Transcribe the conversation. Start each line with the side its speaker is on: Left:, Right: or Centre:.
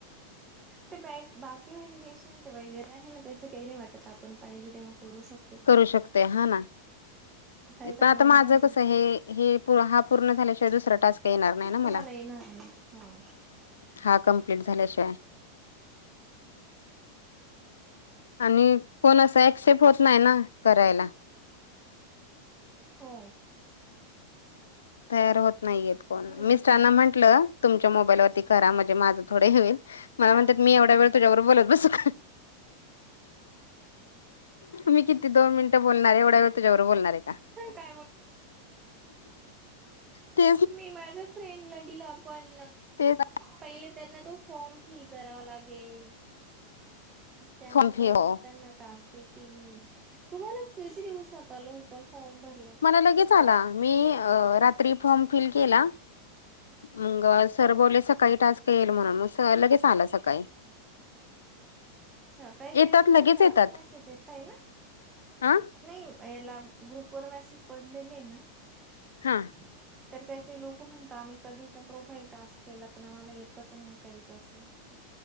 Right: ते बॅक बाकी व्हॅलिडेशनचा वगैरे आहे ना त्याचं काही नाही वाटत आपण पाहिजे तेव्हा करू शक
Left: करू शकते हा ना
Right: काही तर
Left: पण
Right: मला
Left: आता माझं
Right: माझ्या हसबंड
Left: कसं हे हे हा पूर्ण झाल्याशिवाय दुसरा टास्क येणार नाही ना मला.
Right: तुम्हाला येणार नाही हा.
Left: हा कमप्लीट झाल्याशिवाय. आणि कोण असं ऍक्सेप्ट होत नाही ना करायला.
Right: हो
Left: तयार होत नाहीयेत कोण
Right: हम्म
Left: मिस्टरांना
Right: तयार
Left: म्हंटलं तुमच्या मोबाईलवरती करा म्हणजे माझं थोडे होईल मला
Right: हा
Left: म्हणतात मी एवढ्या वेळ तुझा बरोब बोलत बसू का. मी किती दोन मिनिटं बोलणार आहे एवढा वेळ तुझ्यावर बोलणार आहे का.
Right: काय बोल
Left: ते
Right: मी माझ्या फ्रेंडला दिलं आपण
Left: तेच
Right: पहिले त्यांना तो फॉर्म फील करावं लागेल त्यानंतर
Left: फॉर्म फी हो
Right: मग त्यांना टास्क ये ती तुम्हाला किती दिवसात आला होता फॉर्म भर
Left: मला लगेच आला मी रात्री फॉर्म फिल केला मंग सर
Right: हो.
Left: बोलले सकाळी टास्क येईल म्हणून मग लगेच आला सकाळी.
Right: अच्छा काही
Left: येतात
Right: काही
Left: लगेच
Right: नाहीना
Left: येतात
Right: मेसेज येत आहे ना
Left: हा
Right: नाही याला ग्रुप वर मेसेज पडलेले ना
Left: हा
Right: ह तर काही काही लोकं म्हणतात आम्ही कधीचा प्रोफाईल टास्क केला पण आम्हाला येतच नाही काहीचं असं.